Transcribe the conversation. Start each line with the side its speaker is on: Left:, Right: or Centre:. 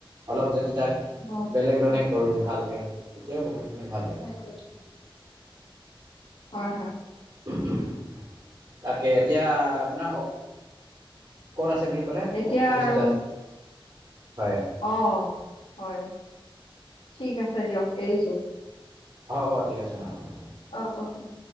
Right: অলপ যদি তাক
Left: <unintelligible>
Right: বেলেগ ধৰণে কৰোঁ ভালকে তেতিয়াও বহুতখিনি ভাল হয়।
Left: <unintelligible> হয়, হয়।
Right: <unintelligible> তাকে এতিয়া আপোনাৰ ক'ত আছে বুলি ক'লে,
Left: এতিয়া
Right: অ' অফিচতে
Left: আৰু
Right: আছে হয়।
Left: অ' হয় ঠিক আছে দিয়ক এৰিছোঁ।
Right: হ'ব ঠিক আছে অ'।
Left: অ', অ', অ'।